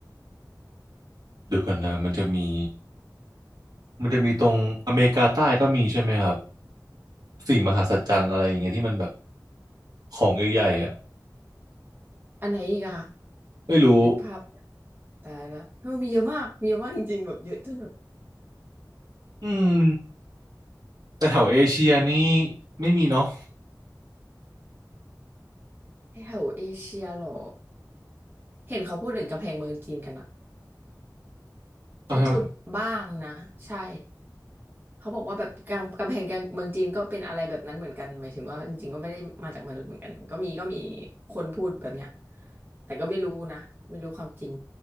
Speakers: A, on the right (about 65°); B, on the right (about 30°).
A: เดี๋ยวกันนะมันจะมี มันจะมีตรงอเมริกาใต้ก็มีใช่ไหมครับสิ่งมหัศจรรย์อะไรอย่างเงี้ยที่มันแบบของใหญ่ๆอ่ะ
B: อันไหนอีกอะ
A: ไม่รู้
B: นึกภาพตายละเออมีเยอะมากมีเยอะมากจริงๆแบบเยอะจนแบบ
A: อืมแต่แถวเอเชียนี่ไม่มีเนาะ
B: แถวเอเชียเหรอเห็นเขาพูดถึงกำแพงเมืองจีนกันอะ
A: เอาให้มัน
B: ที่พูดบ้างนะใช่ เขาบอกว่าแบบกำกำแพงเมืองจีนก็เป็นอะไรแบบนั้นเหมือนกันหมายถึงว่าจริงๆก็ไม่ได้มาจากมนุษย์เหมือนกันก็มีก็มีคนพูดแบบเนี้ยแต่ก็ไม่รู้นะไม่รู้ความจริง